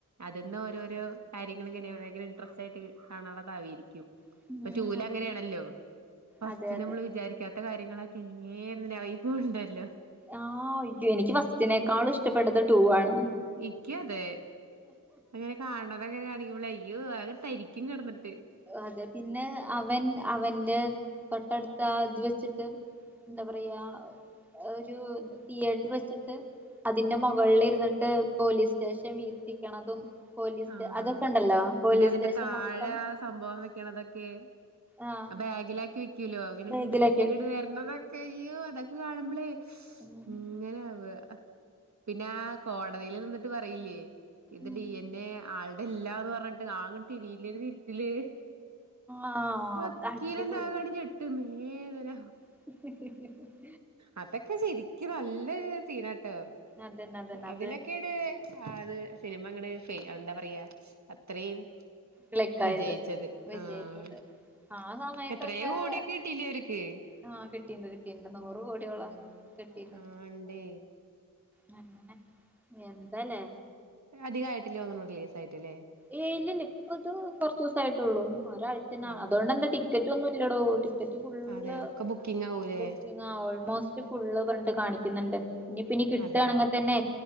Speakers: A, on the right; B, in the centre.
A: അതിൽന്ന് ഓരോരോ കാര്യങ്ങള ഇങ്ങനെ ഭയങ്കര ഇൻട്രസ്റ്റ് ആയിട്ട് കാണാനുള്ളതാവയിരിക്കും
B: ഉം
A: ഇപ്പൊ ടുവിൽ
B: അതെ
A: അങ്ങനെയാണല്ലോ ഫസ്റ്റ്
B: അതെ അതെ
A: നമ്മൾ വിചാരിക്കാത്ത കാര്യങ്ങളൊക്കെ ഏപ്പോ ഉണ്ടല്ലോ
B: ആഹ് എനിക്ക് ഫസ്റ്റിനേക്കാളും ഇഷ്ടപ്പെട്ടത് ടൂ ആണ്
A: ഇക്ക അതെ അങ്ങനെ കാണ അതങ്ങനെ കാണിക്കുമ്പോ അയ്യോ അങ്ങെ തരിക്കും കിടന്നിട്ട്
B: അതെ പിന്നെ അവൻ അവന്റെ തൊട്ടടുത്ത ഇത് വെച്ചിട്ട് എന്താ പറയാ ഒരു തിയേറ്റർ വെച്ചിട്ട് അതിന്റെ മുകളിൽ ഇരുന്നിട്ട് പോലീസ് സ്റ്റേഷൻ വീഷിക്കണതും പോലീസ് സ്‌റ്റേ
A: ആഹ്
B: അതൊക്കെ ഉണ്ടല്ലോ പോലീസ്
A: പിന്നെ അതിന്റെ
B: സ്റ്റേഷൻ
A: താഴെ
B: മൊത്തം
A: ആ സംഭവം വെക്കണ അതൊക്കെ
B: ആഹ്
A: ബാഗിലാക്കി വെക്കൂല്ലോ അങ്ങനെ
B: ബേഗിലൊക്കെ
A: എടുത്തിട്ട് വരണതൊക്കെ അയ്യോ അതൊക്കെ കാണുമ്പോളേ
B: ഉം
A: ഇങ്ങനെ ആവ പിന്നെ ആഹ് കോടതിയിൽ നിന്നിട്ട് പറയില്ലേ ഇത്
B: ഉം
A: ഡി എ ന്നെ ആളുടെ ഇല്ലാന്ന് പറഞ്ഞിട്ട് അങ്ങട്ട് തിരില്ല തിരിച്ചില്
B: ആഹ്
A: വക്കീല
B: അത് അടിപൊളി
A: എന്താ ഞട്ടിട്ട് ഇട്ട് മേദന
B: <inaudible>
A: അതൊക്കെ ശരിക്കും നല്ലൊ സീനാട്ടോ
B: അതന്നെ അതന്നെ
A: അതിനൊക്കെ
B: അത്
A: അത് സിനിമ അങ്ങടെ ഫ എന്താ പറയാ അത്രയും
B: ക്ലിക്കായത്
A: വിജയിച്ചത്
B: വിജയിച്ചത്
A: ആഹ്
B: ആ സമയത്തൊക്കെ
A: എത്രയ കോടിയൊക്കെ കിട്ടില്ലേ അവർക്ക്
B: ആഹ് കിട്ടീയിണ്ട് കിട്ടീയിണ്ട് നൂറ് കോടിയോളം
A: ആഹ്
B: കിട്ടീയില്ല
A: ആഹ് ഇണ്ടേ
B: അഹ് എന്തല്ലേ
A: അധിക ആയിട്ടില്ലതോന്നുന്നു റിലീസ് ആയിട്ടല്ലേ
B: ഏയ് ഇല്ലല്ല ഇപ്പൊ ഇത് കൊറച്ച് ദിവസ ആട്ടുള്ളൂ ഒരാഴ്ചനാണ്
A: ആഹ്
B: അതുകൊണ്ട് എന്താ ടിക്കറ്റ് ഒന്നും ഇല്ലടോ ടിക്കറ്റ് ഫുള്ള്
A: അതെ ഒക്കെ ബുക്കിംഗ് ആകലേ
B: ബുക്കിംഗാ ഓൾമോസ്റ്റ് ഫുള്ള് പറഞ്ഞ് കാണിക്കുന്നുണ്ട് ഇനി പിന്നനി കിട്ടുകയാണെങ്കിൽ
A: അതെ
B: തന്നെ